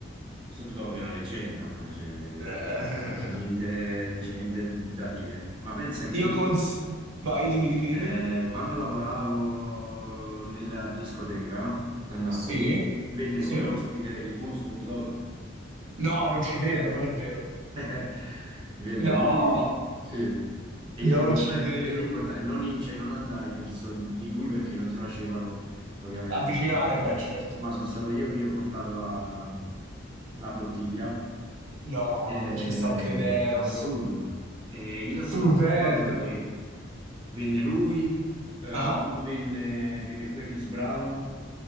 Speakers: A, on the right; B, on the right.
A: Snoop Dogg è una leggenda, eh, cioè,
B: Eh,
A: non c'è niente, non c'è niente da dire. Ma pensa
B: <laughs>
A: che io,
B: io cons... Vai, dimmi, dimmi, dimmi.
A: eh, quando lavoravo nella discoteca a Napoli,
B: Sì,
A: venne
B: sì.
A: come ospite il buon Snoop Dogg.
B: No, non ci credo,
A: Eh,
B: non è vero.
A: <laughs> Venne
B: No,
A: lui, sì. E
B: non
A: io gli portai,
B: ci credo.
A: e io gli portai- non, i- cioè, non andai verso di lui perché non ti facevano ovviamente
B: Avvicinare,
A: avvicinare,
B: beh, certo.
A: ma sono stato io che gli ho portato la, la bottiglia.
B: No,
A: Eh,
B: non ci sto credendo.
A: assurdo. Eh, io
B: Stupendo.
A: sono stato fortunato perché venne lui, eh,
B: Ah,
A: un
B: ah.
A: anno venne, venne pure Chris Brown.